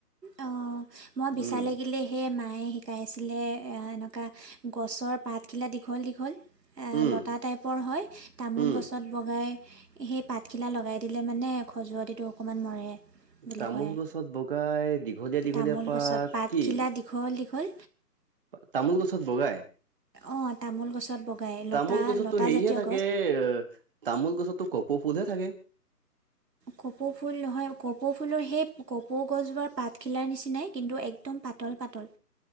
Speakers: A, on the right; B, on the right.
A: অ মই বিচাৰ
B: উম
A: লাগিলেহে মায়ে শিকাইছিলে এ এনেক কা গছৰ পাতখিলা দীঘল দীঘল আ
B: উম
A: লতা টাইপৰ হয় তামোল
B: উম
A: গছত বগাই সেই পাতখিলা লগাই দিলে মানে খজুৱতিটো অকণমান মৰে। বুলি
B: তামোল
A: কয়
B: গছত বগাই দীঘলীয়া দীঘলীয়া
A: তামোল
B: পাত
A: গছত পাতখিলা
B: কি?
A: দীঘল দীঘল
B: তামোল গছত বগায়।
A: অ তামোল গছ গছত বগাই লতা
B: তামোল গছতো
A: লতাজাতীয়
B: সেৰিহে থাকে অ তামোল গছততো কপৌ ফুলহে থাকে।
A: কপৌ ফুল নহয় কপৌ ফুলৰ সেই কপৌ গছজোপাৰ পাতখিলাৰ নিচিনাই কিন্তু একদম পাতল পাতল